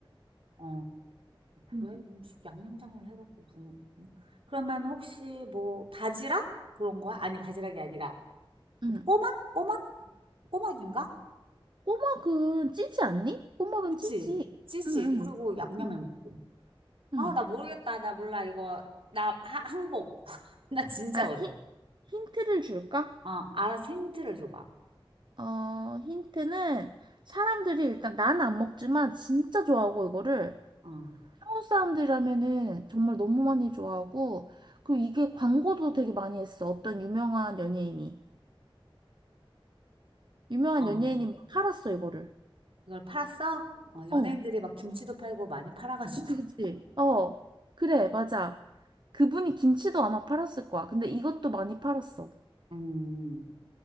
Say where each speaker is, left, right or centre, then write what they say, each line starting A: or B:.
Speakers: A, on the right; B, on the right.
A: 어,
B: 응,
A: 그래? 음식 양념장을 해갖고 부 음? 그러면 혹시 뭐 바지락? 그런 거야? 아니, 바지락이 아니라
B: 응.
A: 그 꼬막? 꼬막? 꼬막인가?
B: 꼬막은 찌지 않니? 꼬막은
A: 그치?
B: 찌지.
A: 찌지.
B: 응, 응.
A: 그리고 양념에
B: 응,
A: 먹고.
B: 응.
A: 아, 나 모르겠다. 나 몰라. 이거. 나 하, 항복. <laughs> 나 진짜
B: 아,
A: 어려워.
B: 히, 힌트를 줄까?
A: 어, 알아서 힌트를 줘봐.
B: 어, 힌트는 사람들이 일단 나는 안 먹지만 진짜 좋아하고 이거를
A: 어,
B: 한국 사람들이라면은 정말 너무 많이 좋아하고, 그리고 이게 광고도 되게 많이 했어. 어떤 유명한 연예인이. 유명한
A: 어.
B: 연예인이 막 팔았어, 이거를.
A: 이걸 팔았어? 어, 연예인들이
B: 어,
A: 막 김치도 팔고 많이 팔아가지고.
B: 그치,
A: <laughs>
B: 그치. 어, 그래, 맞아. 그분이 김치도 아마 팔았을 거야. 근데 이것도 많이 팔았어.
A: 음.